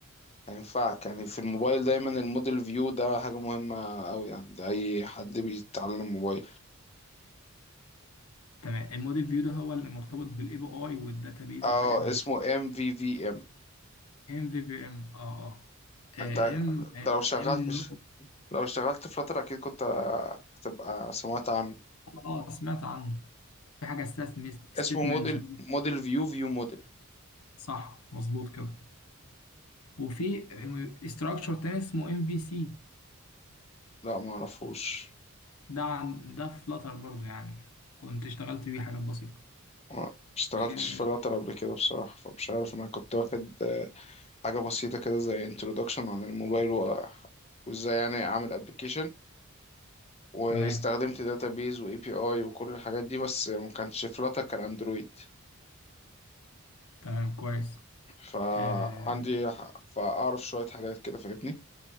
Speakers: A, on the left; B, on the left.
A: هينفعك يعني في الموبايل دايما الموديل فيو ده حاجة مهمة أوي يعني ده أي حد بيتعلم موبايل
B: تمام الموديل فيو ده هو اللي مرتبط بالاي بي اي والداتابيز
A: اه
B: والحاجات دي
A: اسمه ام في في ام
B: ام في في ام اه اه آه،
A: انت أنت
B: ام
A: لو شغلت
B: ام
A: لو اشتغلت فلاتر أكيد كنت هتبقى سمعت عنه
B: اه سمعت عنه في حاجه اسمها ستيت
A: اسمه موديل
B: مانجمنت
A: موديل فيو فيو موديل
B: صح مظبوط كده وفي استراكشر تاني اسمه ام في سي
A: لا ما اعرفوش
B: ده عن ده فلاتر برضو يعني كنت اشتغلت بيه حاجات بسيطه
A: ما اشتغلتش
B: آه،
A: في فلاتر قبل كده بصراحة فمش عارف أنا كنت واخد آه، حاجة بسيطة كده زي introduction عن الموبايل و- وازاي يعني أعمل application واستخدمت
B: تمام
A: داتابيز واي بي اي وكل الحاجات دي بس ما كانش فلاتر كان اندرويد
B: تمام كويس
A: فعندي
B: آه،
A: ح- فاعرف شوية حاجات كده فاهمني